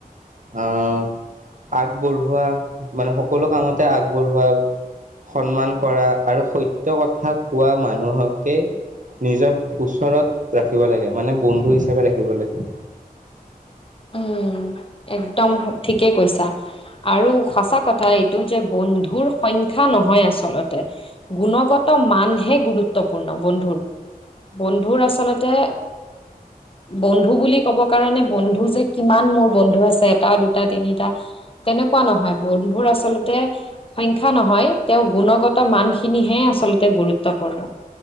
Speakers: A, on the right; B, on the left.
A: আহ, আগবঢ়োৱা মানে সকলো কামতে আগবঢ়োৱা সন্মান কৰা আৰু সত্য কথা কোৱা মানুহকে নিজৰ ওচৰত ৰাখিব লাগে, মানে বন্ধু হিচাপে ৰাখিব লাগে।
B: উম একদম ঠিকেই কৈছা। আৰু সঁচা কথা এইটো যে, বন্ধুৰ সংখ্যা নহয় আচলতে গুণগত মানহে গুৰুত্বপূৰ্ণ বন্ধুৰ। বন্ধুৰ আচলতে। বন্ধু বুলি ক'ব কাৰণে বন্ধু যে কিমান মোৰ বন্ধু আছে এটা, দুটা, তিনিটা। তেনেকুৱা নহয় বন্ধুৰ আচলতে। সংখ্যা নহয়, তেওঁ গুণগত মানখিনিহে আচলতে গুৰুত্বপূৰ্ণ।